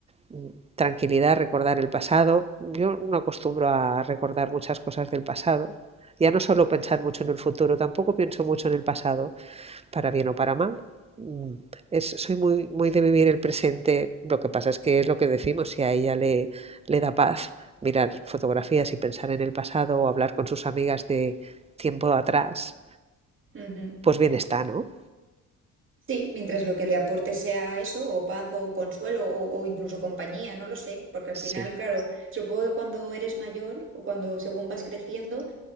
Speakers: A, on the right; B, on the right.
A: mm, tranquilidad recordar el pasado. Yo no acostumbro a recordar muchas cosas del pasado. Ya no solo pensar mucho en el futuro, tampoco pienso mucho en el pasado para bien o para mal. Mm, Es, soy muy, muy
B: Sí.
A: de vivir el presente. Lo que pasa es que es lo que decimos, si a ella le, le da paz mirar fotografías y pensar en el pasado o hablar con sus amigas de tiempo atrás,
B: Ujú.
A: pues bien está, ¿no?
B: Sí, mientras lo que le aporte sea eso, o paz, o consuelo, o, o incluso compañía, no lo sé, porque al
A: Sí,
B: final, claro, supongo que cuando eres mayor o cuando según vas creciendo,